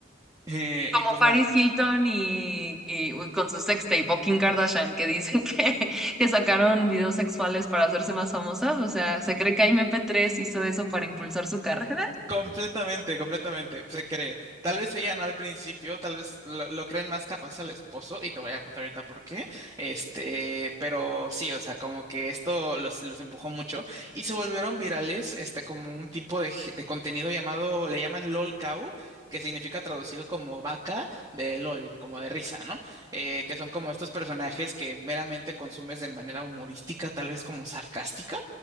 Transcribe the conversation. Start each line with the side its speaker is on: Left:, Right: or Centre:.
Right: Eh,
Centre: Como
Right: y pues
Centre: Paris
Right: nada.
Centre: Hilton y, y uy, con su sextape o Kim Kardashian, que dicen <laughs> que, que sacaron videos sexuales para hacerse más famosas. O sea, ¿se cree que M P tres hizo eso para impulsar su carrera?
Right: Completamente, completamente. Se cree. Tal vez ella no al principio, tal vez lo, lo creen más capaz al esposo, y te voy a contar ahorita por qué. Este, pero sí, o sea, como que esto los, los empujó mucho y se volvieron virales, este, como un tipo de, g- de contenido llamado, le llaman LOL Cow, que significa traducido como vaca de LOL, como de risa, ¿no? Eh, que son como estos personajes que meramente consumes de manera humorística, tal vez como sarcástica